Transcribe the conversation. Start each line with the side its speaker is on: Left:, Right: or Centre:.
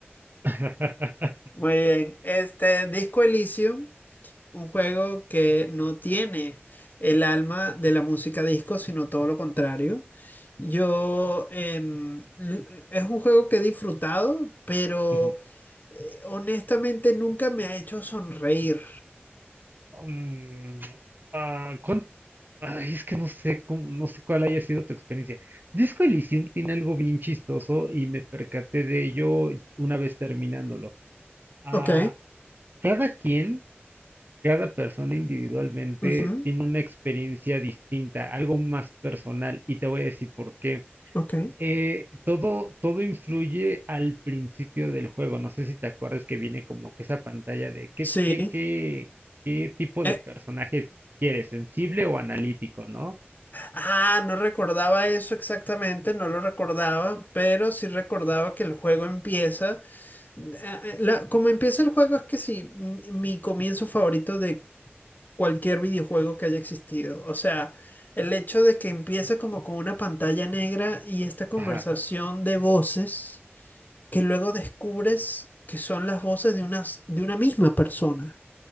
Right: <laughs>
Left: Muy bien. Este Disco Elysium, un juego que no tiene el alma de la música disco, sino todo lo contrario. Yo em, l- es un juego que he disfrutado, pero
Right: Ujú.
Left: eh, honestamente nunca me ha hecho sonreír.
Right: Mm, ah, ¿cuán- ay, es que no sé cómo- no sé cuál haya sido tu experiencia. Disco Elysium tiene algo bien chistoso y me percaté de ello una vez terminándolo. Ah,
Left: Ok,
Right: cada quien Cada persona individualmente
Left: ujú,
Right: tiene una experiencia distinta, algo más personal, y te voy a decir por qué.
Left: ok.
Right: Eh, todo, todo influye al principio del juego. No sé si te acuerdas que viene como que esa pantalla de qué,
Left: Sí.
Right: qué, qué, qué tipo
Left: Eh,
Right: de personaje quieres, sensible o analítico, ¿no?
Left: ah, no recordaba eso exactamente, no lo recordaba, pero sí recordaba que el juego empieza. Eh, eh, la- como empieza el juego es que sí, mi, mi comienzo favorito de cualquier videojuego que haya existido. O sea, el hecho de que empieza como con una pantalla negra y esta conversación
Right: Ajá.
Left: de voces que luego descubres que son las voces de unas, de una misma persona.